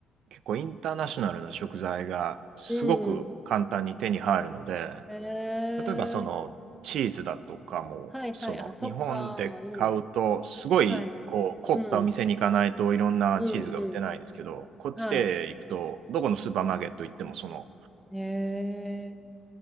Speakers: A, on the right; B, in the centre.
A: 結構インターナショナルな食材がすごく簡単に手に入るので、
B: うん。へえ。
A: 例えばそのチーズだとかも、
B: はいはい。
A: その日本で買うと、
B: あ、そっか。いいな。
A: すごいこう凝ったお店に行かないといろんなチーズが売ってないんですけど、
B: はい。うん。うんう
A: こっちで行くと、
B: ん。はい。
A: どこのスーパーマーケット行ってもその、
B: へえ。